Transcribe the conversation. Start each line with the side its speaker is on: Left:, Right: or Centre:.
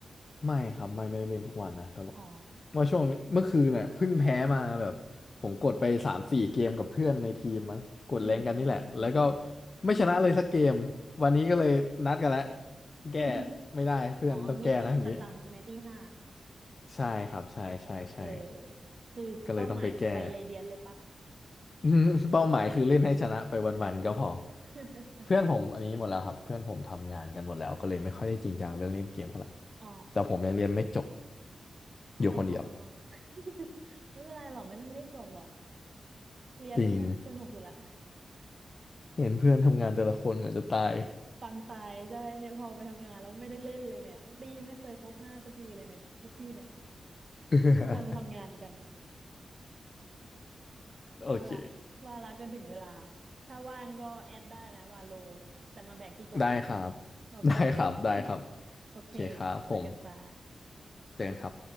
Left: ไม่ครับไม่ไม่ได้เล่นทุกวันนะแต่ว่า
Right: อ๋อ
Left: ว่าช่วงนี้เมื่อคืนเนี่ยเพิ่งแพ้มาแบบผมกดไปสามสี่เกมกับเพื่อนในทีมมั้งกดแรงกันนี่แหละแล้วก็
Right: อืมอืมอืมอืมอืม
Left: ไม่ชนะเลยสักเกมวันนี้ก็เลยนัดกันแล้ว
Right: <laughs>
Left: แก้ไม่ได้เพื่อนต้องแก้นะอย่างงี้
Right: อ๋อมีตี้ประจำใช่ไหมตี้ห้า
Left: ใช่ครับใช่ใช่ใช่
Right: เออคือเป้าหมายคือไปเรเดียนเลยปะ
Left: ก็เลยต้องไปแก้ <laughs> อืมเป้าหมายคือเล่นให้ชนะไปวันๆก็พอ
Right: <laughs>
Left: เพื่อนผมอันนี้หมดแล้วครับเพื่อนผมทำงานกันหมดแล้วก็เลยไม่ค่อยได้จริงจังเรื่องเล่นเกมเท่าไหร่
Right: อ๋อ
Left: แต่ผมยังเรียนไม่จบ
Right: อ๋อ
Left: อยู่คนเดียว
Right: <laughs> ไม่เป็นไรหรอกไม่ต้องรีบจบหรอกเรียนเนี่ยสนุกอยู่ละ
Left: จริงเห็นเพื่อนทำงานแต่ละคนเหมือนจะตาย
Right: ปังตายใช่เนี่ยพอไปทำงานแล้วไม่ได้เล่นเลยเนี่ยตีไม่เคยครบห้าสักทีเลยเนี่ยคุปพี่เนี่ย
Left: <laughs>
Right: เพราะทุกคนไปทำงานกัน
Left: โอเค
Right: เอาล่ะว่าละก็ถึงเวลาถ้าว่างก็แอดได้นะวาโลแต่มาแบกพี่ก่อน
Left: ได้ครับ
Right: โอเค
Left: ได้ครับได้ครับ
Right: <laughs> โอเค
Left: โอเคครับผม
Right: เจอกันจ้า
Left: เจอกันครับ